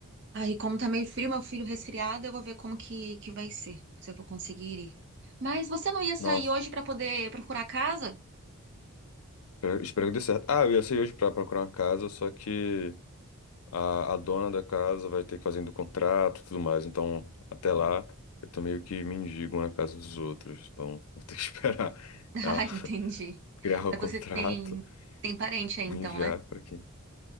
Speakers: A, on the right; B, on the left.
A: Aí, como tá meio frio, meu filho resfriado, eu vou ver como que, que vai ser, se eu vou conseguir ir. Mas você não ia sair
B: Nossa,
A: hoje pra poder procurar casa? <laughs>
B: Espero espero que dê certo. Ah, eu ia sair hoje pra procurar uma casa, só que a, a dona da casa vai ter que fazer do contrato e tudo mais. Então, até lá, eu tô meio que mendigo na casa dos outros. Então, <laughs> vou ter que <laughs> esperar
A: Ah,
B: ela
A: entendi.
B: criar o
A: Mas
B: contrato,
A: você tem tem parente aí
B: me
A: então,
B: enviar
A: né?
B: pra quem.